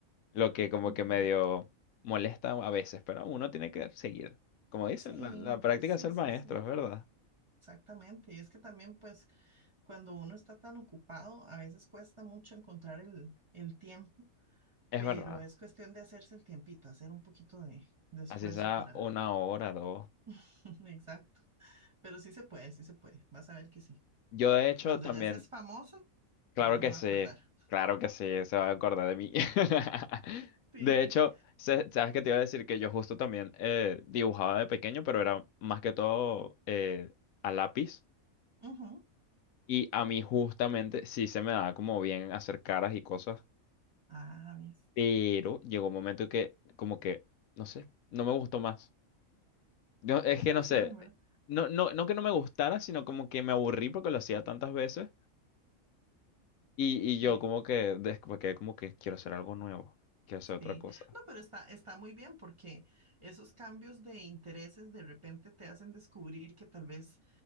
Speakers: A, on the left; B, on the right.
A: lo que como
B: Ujú.
A: que medio molesta a veces, pero uno tiene que seguir. Como dicen,
B: Sí,
A: la, la práctica
B: sí,
A: es el
B: sí,
A: maestro,
B: sí,
A: es verdad.
B: exactamente. Y es que también, pues, cuando uno está tan ocupado, a veces cuesta mucho encontrar el, el tiempo,
A: Es
B: pero
A: verdad.
B: es cuestión de hacerse el tiempito, hacer un poquito de, de esfuerzo
A: Así sea
B: para...
A: una hora, dos.
B: <laughs> Exacto. Pero sí se puede, sí se puede. Vas a ver que sí.
A: Yo de hecho
B: Cuando
A: también,
B: ya seas famoso,
A: claro
B: yo me
A: que
B: voy
A: sí,
B: a acordar.
A: claro que sí, se va a acordar de mí. <laughs>
B: Sí.
A: De hecho, se- sabes que te iba a decir que yo justo también eh, dibujaba de pequeño, pero era más que todo eh, a lápiz.
B: Ujú.
A: Y a mí justamente sí se me daba como bien hacer caras y cosas,
B: Ah, ¿ves?
A: pero llegó un momento que como que, no sé, no me gustó más. Yo, es
B: Qué
A: que
B: vacilón,
A: no sé,
B: ¿verdad?
A: no, no, no que no me gustara, sino como que me aburrí porque lo hacía tantas veces y, y yo
B: Sí,
A: como que después quedé como que quiero hacer algo nuevo, quiero hacer otra
B: sí.
A: cosa.
B: No, pero está, está muy bien porque esos cambios de intereses de repente te hacen descubrir que tal vez